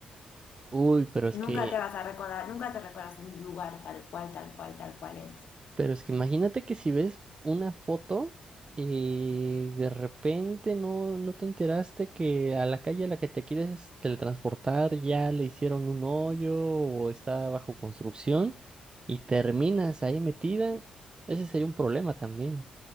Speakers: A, on the right; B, on the left.
A: Uy, pero es
B: Nunca
A: que
B: te vas a recordar, nunca te recuerdas un lugar tal cual, tal cual, tal cual es.
A: Pero es que imagínate que si ves una foto y de repente no, no te enteraste que a la calle a la que te quieres teletransportar ya le hicieron un hoyo o está bajo construcción y terminas ahí metida, ese sería un problema también.